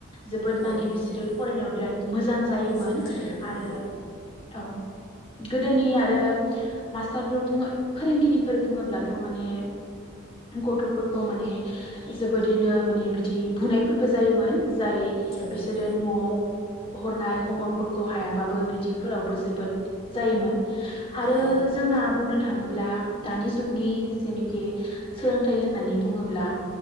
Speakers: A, on the left (about 25°); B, on the left (about 50°).
A: जोबोद माने
B: औ
A: बिसोरो
B: औ
A: फरायनायाव बिराद मोजां जायोमोन
B: रोंखायोमोन
A: आरो
B: औ
A: औ गोदोनि आरो मास्टारफोर बुङो फोरोंगिरि फोर बुङोब्लाथ' माने गथ'फोरखौ माने जोबोरैनो माने बिदि बुनायफोरबो जायोमोन जाय
B: औ
A: बिसोरो
B: औ
A: न'आव हरनाय हम वर्कफोरखौ हायाबाबो बिदिफोरावबो जोबोद जायोमोन। आरो
B: औ
A: जोंना बुंनो थाङोब्ला दानि जुगनि जेनोखि सोलोंथाइ होननानै बुङोब्ला